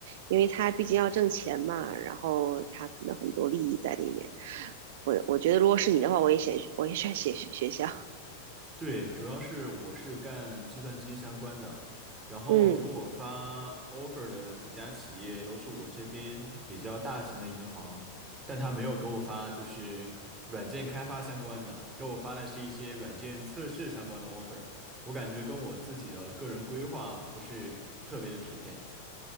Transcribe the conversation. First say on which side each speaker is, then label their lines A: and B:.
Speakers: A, on the right; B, on the right.
A: 因为它毕竟要挣钱嘛，然后它可能很多利益在里面。我我觉得如果是你的话，我也选我也选学学校。
B: 对，主要是我是干计算机相关的，然后给我发
A: 嗯，
B: offer 的几家企业都是我这边比较大型的银行，但他没有给我发就是软件开发相关的，他给我发的是一些软件测试相关的 offer，我感觉跟我自己的个人规划不是特别的匹配。